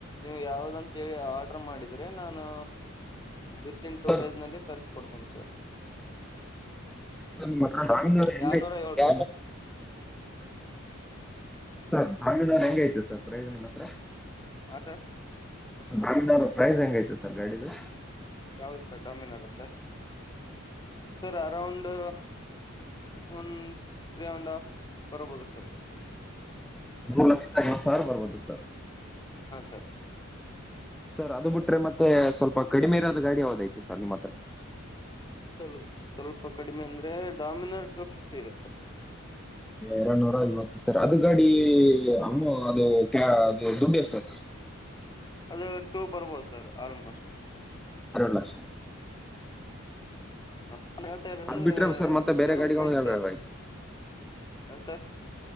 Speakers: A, on the left; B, in the centre.
A: ನೀವು ಯಾವ್ದಂತೇಳಿ ಆರ್ಡರ್ ಮಾಡಿದರೆ ನಾನು ವಿತ್ ಇನ್
B: ಸರ್
A: ಟೂ ಡೇಸ್ನಲ್ಲಿ ತರ್ರಿಸಿಕೊಡ್ತೀನಿ ಸರ್
B: ಹನ್ಮ ಹಾಮೂ ಹೆಂಗತ
A: ಎರಡ್ನೂರ
B: ಸ
A: ಏಳ್ರಿ
B: ಯ ಸರ್ ಾಮಿನಾರ್ ಹೆಂಗ ಐತೆ ಸರ್ ಪ್ರಯಜ ನಿಮ್ಮ ಹತ್ರ
A: ಹಾಂ ಸರ್
B: ಾಮ ಪ್ರೈಸ್ ಹೆಂಗೈತೆ ಸರ್ ಗಾಡಿಿಗೆ
A: ಯಾವ್ದ್ ಸರ್ ಡಾಮಿನಲ್ಲ ಸರ್ ಸರ್ ಅರಾಂಡ್ ಒಂದು ತ್ರೀ ಅಂಡ್ ಹಾಫ್ ಬರಬಹದ ಸರ್
B: ಮೂರು ಲಕ್ಷ ತವತ್ತು ಸಾವಿರ ಬರ್ಬೋದು ಸರ್
A: ಹಾ ಸರ್
B: ಸರ್ ಅದು ಬಿಟ್ರೆ ಮತ್ತೆ ಸ್ವಲ್ಪ ಕಡಿಮೆ ಇರಾದ ಗಾಡಿ ಯಾವ್ದಐತಿ ಸರ್ ನಿಮ್ಮ ಹತ್ರ
A: ಸಲ್ ಸ್ವಲ್ಪ ಕಡಿಮೆ ಅಂದ್ರೆ ಡಾಮಿನೋ ಟು ಫಿಫ್ಟಿ ಇದೆ ಸರ್
B: ಎರಡ್ನೂರ ಐವತ್ತು ಸರ್ ಅದು ಗಾಡಿ ಅಮ್ಮ ಅದು ಕ ಅದು ದುಡ್ಡು ಎಷ್ಟು
A: ಅದು ಟೂ ಬರ್ಬೋದು ಸರ್ ಆಲ್ಮೋಸ್ಟ್
B: ಅರಳ ಲಕ್ಷರ್
A: ಹಾ ನನ್ ಹೇಳ್ತಾ ಇರೋದು
B: ಅದ್ ಬಿಟ್ರೆ ಸರ್ ಮತ್ತೆ
A: ಶೋರೂಮ್
B: ಬೇರೆ ಗಾಡಿಗಳು
A: ಪ್ರೈಸ್
B: ಯಾವ್ಯಾವ
A: ಸರ್
B: ಐತಿ
A: ಹ ಸರ್